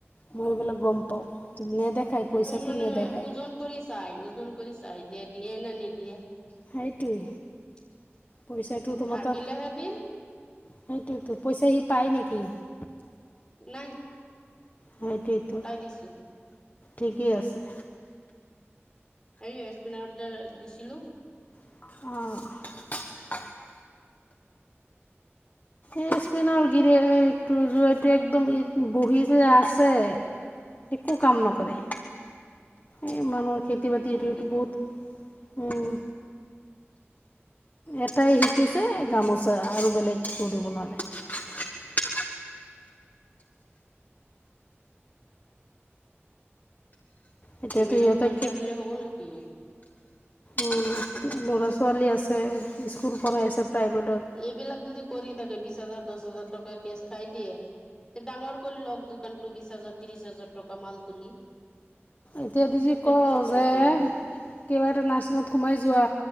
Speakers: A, on the left; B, on the left.
A: মই সেইবিলাক গম পাওঁ। নেদেখায় পইচাটো
B: এইটো মানে
A: নেদেখায়
B: ওজন কৰি চাই, ওজন কৰি চাই যে দিয়ে, নে, নিদিয়ে।
A: সেইটোই।
B: <inaudible>
A: পইচাটো তোমাৰ
B: থাকিলেহে
A: ত,
B: দিম
A: সেইটো পইচা সি পাই নেকি?
B: নাই।
A: সেইটোৱেটো
B: কটাই দিছো
A: ঠিকেই আছে।
B: এই স্পিনাৰড যে, দিছিলো।
A: আহ। এই স্পিনৰ গিৰে জটো একদম বহি যে আছে একো কাম নকৰে। এ মানুহৰ খেতি - বাতি
B: মই
A: এইটো সেইটো
B: কি
A: বহুত
B: ক'ম
A: ও।
B: <unintelligible>
A: এটাই শিকিছেঁ গামোচা আৰু বেলেগ কৰিব নোৱাৰে। এতিয়াতো
B: এইবিলাক
A: সিহঁতে
B: কৰি থাকিলে হব নেকি?
A: উম ল'ৰা ছোৱালী আছে স্কুল পঢ়াই আছে। প্ৰাইভেটত
B: এইবিলাক যদি কৰি থাকে বিশছ হাজাৰ দশ হাজাৰ টকা কেচ খাই দিয়ে। ডাঙৰ কৰি লওঁক দোকানতটো বিশ হাজাৰ ত্ৰিশ হাজাৰ টকা মাল তুলি।
A: এতিয়া ত যি
B: সেইটো
A: ক
B: নকৰে
A: যে
B: কিয়?
A: কিবা এটা নাৰ্ছিঙত সোমাই যোৱা।